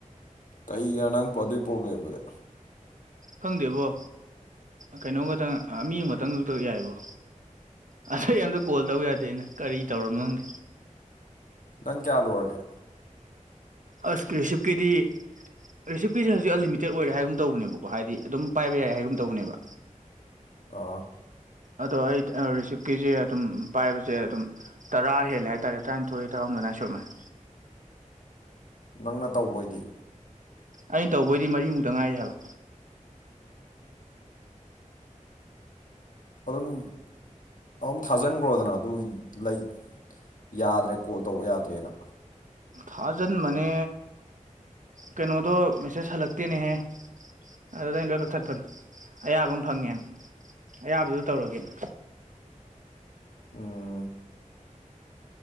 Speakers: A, on the left; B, on the right.
A: ꯀꯩꯒꯤꯔꯥ ꯅꯪ ꯄꯣ ꯑꯗꯨꯏ ꯄ꯭ꯔꯣꯕ꯭ꯂꯦꯝꯗꯨꯗꯤ
B: ꯈꯪꯗꯦꯕꯣ ꯀꯩꯅꯣꯝ ꯈꯇꯪ ꯑꯥ ꯃꯤ ꯑꯃꯈꯇꯪꯇ <unintelligible> ꯌꯥꯏꯌꯦꯕꯣ ꯑꯇꯩ ꯑꯝꯇ ꯀꯣꯜ ꯇꯧ ꯌꯥꯗꯦ ꯑꯩꯅ ꯀꯔꯤ ꯇꯧꯔꯕꯅꯣ ꯈꯪꯗꯦ
A: ꯅꯪ ꯀ꯭ꯌꯥ ꯂꯣꯏꯔꯒꯦ
B: ꯑꯁ ꯀ꯭ꯔꯤꯁꯤꯞꯀꯤꯗꯤ ꯀ꯭ꯔꯤꯁꯤꯞꯀꯤꯁꯦ ꯍꯧꯖꯤꯛ ꯑꯟꯂꯤꯃꯤꯇꯦꯠ ꯑꯣꯏꯔꯦ ꯍꯥꯏꯒꯨꯝ ꯇꯧꯕꯅꯦꯕꯀꯣ ꯍꯥꯏꯗꯤ ꯑꯗꯨꯝ ꯄꯥꯏꯕ ꯌꯥꯏ ꯍꯥꯏꯒꯨꯝ ꯇꯧꯕꯅꯦꯕ
A: ꯑꯥ
B: ꯑꯗꯣ ꯑꯩ ꯔꯤꯁꯤꯞꯀꯤꯁꯦ ꯑꯗꯨꯝ ꯄꯥꯏꯕꯁꯦ ꯑꯗꯨꯝ ꯇꯔꯥ ꯍꯦꯜꯂꯦ ꯍꯥꯏꯇꯥꯔꯦ ꯇ꯭ꯔꯥꯅꯤꯊꯣꯏ ꯇ꯭ꯔꯥꯍꯨꯝꯗꯣꯏ ꯑꯗꯨꯃꯥꯢꯟ ꯁꯨꯔꯝꯃꯅꯤ
A: ꯅꯪꯅ ꯇꯧꯕꯩꯗꯤ
B: ꯑꯩꯅ ꯇꯧꯕꯩꯗꯤ ꯃꯔꯤꯃꯨꯛꯇ ꯉꯥꯏꯔꯤ ꯍꯥꯏꯕ
A: <unintelligible> ꯑꯝ ꯊꯖꯤꯟꯉꯣꯗꯅ ꯑꯗꯨ ꯂꯩ ꯌꯥꯗ꯭ꯔꯦ ꯀꯣꯜ ꯇꯧꯕ ꯌꯥꯗ꯭ꯔꯦꯅ
B: ꯊꯥꯖꯤꯟꯕꯅꯦ ꯀꯩꯅꯣꯗꯣ ꯃꯦꯁꯦꯁ ꯍꯜꯂꯛꯇꯦꯅꯦꯍꯦ ꯑꯗꯨꯗꯩꯩ ꯑꯩꯅ ꯂꯣꯏ ꯀꯛꯊꯠꯄꯅꯤ ꯑꯌꯥꯕ ꯑꯃ ꯐꯪꯉꯦꯅ ꯑꯌꯥꯕꯗꯨ ꯇꯧꯔꯒꯦꯅ
A: ꯎꯝ